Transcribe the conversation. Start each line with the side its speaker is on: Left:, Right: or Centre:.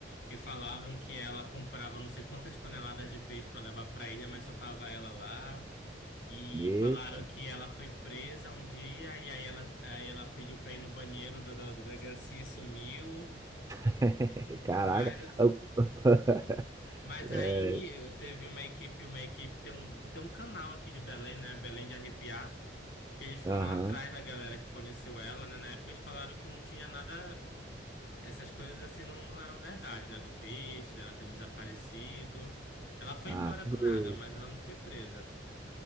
Left: que falavam que ela comprava não sei quantas toneladas de peixe pra levar pra ilha, mas só tava ela lá. E
Right: Eita.
Left: falaram que ela foi presa um dia e aí ela, aí ela pediu pra ir no banheiro da, da, da delegacia e sumiu.
Right: <laughs> Caraca.
Left: Mas,
Right: Eu- <laughs>
Left: mas
Right: É,
Left: aí eu- teve uma equipe, uma equipe, tem um, tem um canal aqui de Belém, né? Belém de Arrepiar, que eles foram
Right: Aham.
Left: atrás da galera que conheceu ela, né? Na época eles falaram que não tinha nada, essas coisas assim não, não eram verdade, né? Do peixe, dela ter desaparecido. Ela foi
Right: Ah,
Left: embora
Right: tudo
Left: do nada, mas ela não foi presa.